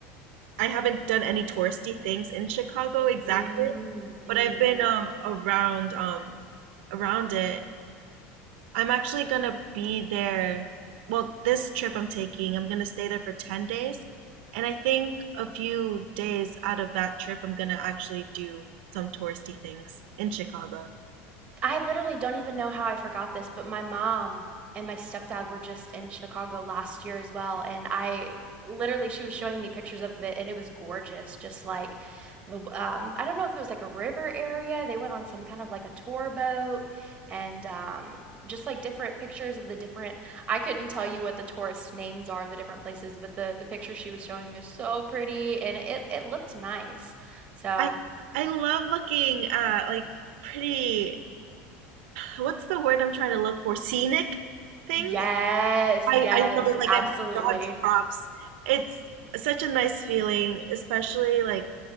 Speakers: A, on the right (about 75°); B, on the right (about 20°).
A: I haven't done any touristy things in Chicago exactly,
B: Mm, mm.
A: but I've been um around um around it. I'm actually gonna be there. Well, this trip I'm taking, I'm gonna stay there for 10 days, and I think a few days out of that trip, I'm gonna actually do some touristy things in Chicago.
B: I literally don't even know how I forgot this, but my mom and my stepdad were just in Chicago last year as well, and I literally she was showing me pictures of it, and it was gorgeous, just like the um I don't know if it was like a river area. They went on some kind of like a tour boat and um just like different pictures of the different I couldn't tell you what the tourist names are of the different places, but the the picture she was showing me was so pretty and it it looked nice. So,
A: I I love looking at like pretty, what's the word I'm trying to look for? Scenic things.
B: yes, yes,
A: I, I love it. Like
B: absolutely.
A: I mean, Dodge props. It's such a nice feeling, especially like